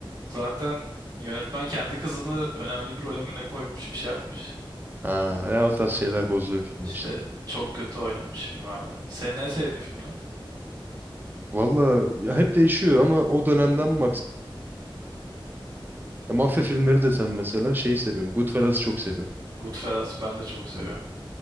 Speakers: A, on the right; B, on the right.
A: zaten yönetmen kendi kızını önemli bir role mi ne koymuş bir şey yapmış.
B: Ha, ya o tarz şeyler bozuyor filmi
A: İşte
B: işte.
A: çok kötü oynamış bilmem ne. Senin en sevdiğin film ne?
B: Valla ya hep değişiyor ama o dönemden mi Ya mafya filmleri desem mesela şeyi seviyorum. Goodfellas'ı çok seviyorum.
A: Goodfellas ben de çok seviyorum.
B: Hı.